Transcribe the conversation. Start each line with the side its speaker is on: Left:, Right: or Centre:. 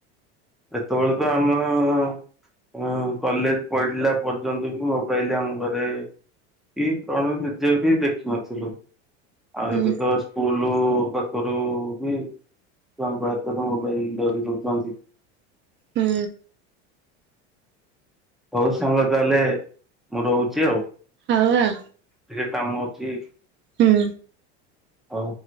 Centre: ଏତେବେଳକୁ ଆମ ଓ ହୁଁ କଲେଜ ପଢିଲା ପର୍ଯ୍ୟନ୍ତ ବି ମୋବାଇଲ ଆମ ଘରେ କି କଣ ନିଜେ ବି ଦେଖିନଥିଲୁ। ଆଉ
Right: ହୁଁ
Centre: ଏବେ ତ ସ୍କୁଲ ପାଖରୁ ବି ଛୁଆଙ୍କ ହାତରେ ମୋବାଇଲ ଧରି ଦଉଛନ୍ତି।
Right: ହୁଁ।
Centre: ହଉ ସାଙ୍ଗ ତାହେଲେ ମୁଁ ରହୁଛି ଆଉ।
Right: ହଉ ଆଉ।
Centre: ଟିକେ କାମ ଅଛି।
Right: ହୁଁ।
Centre: ହଉ।